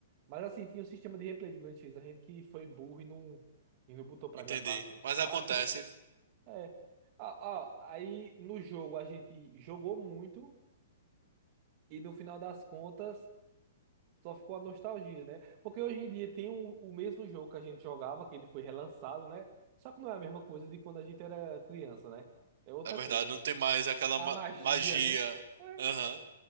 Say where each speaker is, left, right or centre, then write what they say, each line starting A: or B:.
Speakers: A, on the right; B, on the right.
A: Mas assim, tinha um sistema de replay do Grand X, a gente que foi burro e não, e não botou pra
B: Entendi.
A: gravar mesmo.
B: Mas
A: Mas
B: acontece,
A: assim, é. Ah, ah, aí no jogo a gente jogou muito e no final das contas. Só ficou a nostalgia, né? Porque hoje em dia tem o, o mesmo jogo que a gente jogava, que ele foi relançado, né? Só que não é a mesma coisa de quando a gente era criança, né? É outra
B: é verdade,
A: coisa.
B: não tem mais aquela
A: A
B: ma-
A: magia,
B: magia.
A: né? É,
B: Aham.